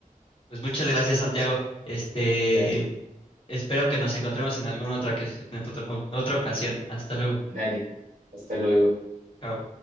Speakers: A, on the left; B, on the right.
A: Pues muchas gracias, Santiago. Este,
B: dale,
A: espero que nos encontremos en alguna otra, que- en otra otra ocasión. Hasta luego.
B: dale, hasta luego.
A: Chao.